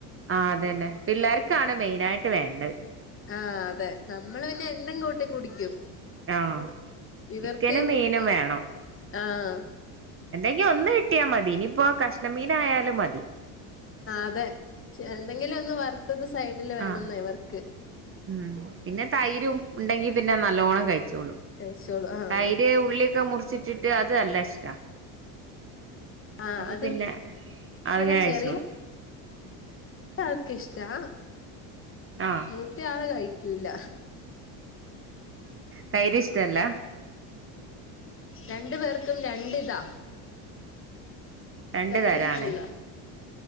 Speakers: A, on the right (about 30°); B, on the left (about 30°).
A: ആഹ് അതന്നെ പിള്ളേർക്കാണ് മെയിനായിട്ട് വേണ്ടത്
B: ആ അതെ നമ്മള് പിന്നെ എന്തും കൂട്ടി കുടിക്കും
A: ആഹ്
B: ഇവർക്ക്
A: ചിക്കനും മീനും വേണം
B: ആഹ്
A: എന്തെങ്കി ഒന്ന് കിട്ടിയാ മതി ഇനിപ്പോ കഷ്ണമീനായാലും മതി
B: അതെ പക്ഷേ എന്തെങ്കിലും ഒന്ന് വറുത്തത് സൈഡില് വേണന്ന്
A: ആഹ്
B: ഇവർക്ക്
A: ഉം പിന്നെ തൈരും ഉണ്ടെങ്കി പിന്നെ നല്ലോണ്ണം കഴി ച്ചോളും
B: കഴിച്ചോളൂ ആഹ്
A: തൈര് ഉള്ളിയൊക്കെ മുറിച്ചിട്ടിട്ട് അത് നല്ല ഇഷ്ടാ
B: ആ
A: അപ്പൊ
B: അത്
A: പിന്നെ
B: ഇവിടെ
A: അങ്ങനെ കഴിച്ചോളും
B: ചെറിയ ആള്ക്കിഷ്ട്ടാ
A: ആഹ്
B: മൂത്തയാള് കഴിക്ക്യൂല
A: തൈര് ഇഷ്റ്റല്ലാ
B: രണ്ട്പേർക്കും രണ്ടിതാ
A: രണ്ട്
B: തൈര്
A: തരാണ്
B: ഇഷ്റ്റല്ല